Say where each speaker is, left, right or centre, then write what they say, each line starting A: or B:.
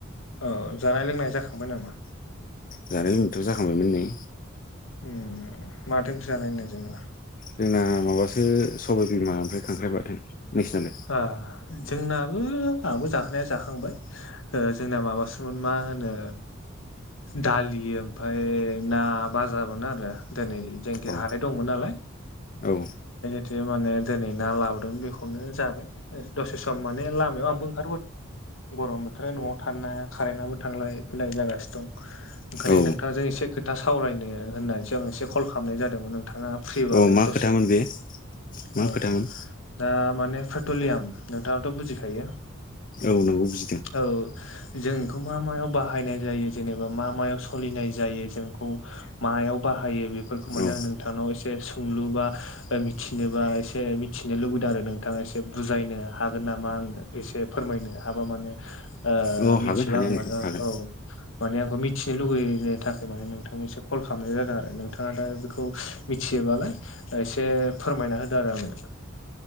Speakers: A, on the left; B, on the left.
A: औ जानाय लोंनाय जाखांबाय नामा?
B: जानाय लोंनायथ जाखांबायमोन नै
A: उम माथो ओंख्रि जानायनो जेनबा
B: जोंना माबासो सबाय बिमा ओमफ्राय खांख्राइ बाथोन नोंसिनालाय
A: आ जोंनाबो आंबो जाखांनाया जाखांबाय जोंना माबासोन मा होनो दालि ओमफ्राय ना बाजामोन आरो दिनै जायनोखै
B: अ
A: हाथाय दंमोन नालाय
B: औ
A: जे माने दिनै ना लाबोदों बेखौ नो जाबाय ओरै दसे सम माने लामायाव आंबो ओंखारबोदों गरम बोथोराव न'आव थानो हाया कारेन्टआबो थांलाय फैलाय जागासि दं ओंखायनो
B: औ
A: नोंथांजों एसे खोथा सावरायनो होननानैसो आं एसे कल खालामनाय जादोंमोन नोंथाङा फ्रिबालाय
B: औ मा
A: दसे
B: खोथामोन बे
A: औ
B: मा खोथामोन
A: दा माने पेट्रलियाम नोंथाङाथ बुजिखायो
B: औ नंगौ बुजिदों
A: औ जों इखौ मा मायाव बाहायनाय जायो जेनेबा मा मायाव सलिनाय जायो जों इखौ मायाव बा हायो बेफोरखौ माने
B: औ
A: आं नोंथांनाव एसे सोंलु बा मिथिनो बा एसे मिथिनो लु दों आरो नोंथाङा एसे बुजायनो हागोन नामा आंनो एसे फोरमायनो हाबा माने ओ
B: औ
A: मिथिबा
B: हागोन हानाया
A: आं
B: नोंथां
A: मानो
B: हागोन
A: औ माने आंखौ मिथिनो लुुबैनो थाखाय माने नोंथांनिसिम कल खालामनाय जादों आरो नोंथाङा दा बेखौ मिथि योबालाय एसे फोरमायना होदो आरो आंनो